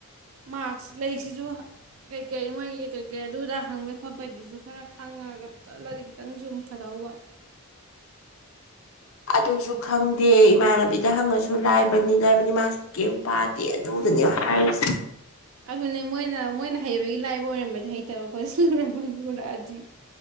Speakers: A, on the right; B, on the left.
A: ꯃꯥꯛꯁ ꯂꯩꯁꯤꯁꯨ ꯀꯩꯀꯩ ꯃꯣꯏꯒꯤ ꯀꯩ ꯀꯩꯀꯩ ꯑꯗꯨꯗ ꯍꯪꯕꯩ ꯈꯣꯠꯄꯩꯗꯨꯁꯨ ꯈꯔ ꯈꯪꯉꯒ ꯆꯠꯂꯗꯤ ꯈꯤꯇꯪꯁꯨ ꯐꯗꯧꯕ <inaudible>
B: ꯑꯗꯨꯁꯨ ꯈꯪꯗꯦ ꯏꯃꯥꯟꯅꯕꯤꯗ ꯍꯪꯉꯁꯨ ꯂꯥꯏꯕꯅꯤ ꯂꯥꯏꯕꯅꯤ ꯃꯥꯁꯨ ꯀꯦꯝꯝ ꯄꯥꯗꯦ ꯑꯗꯨꯗꯨꯅꯦ ꯍꯥꯏꯔꯤꯁꯤ
A: ꯑꯗꯨꯅꯦ ꯃꯣꯏꯅ ꯃꯣꯏꯅ ꯍꯩꯕꯒꯤ ꯂꯥꯏꯕ ꯑꯣꯏꯔꯝꯃꯗꯤ ꯍꯩꯇꯕ ꯑꯈꯣꯏꯗꯤ ꯂꯨꯔꯝꯕ ꯂꯨꯔꯛꯑꯗꯤ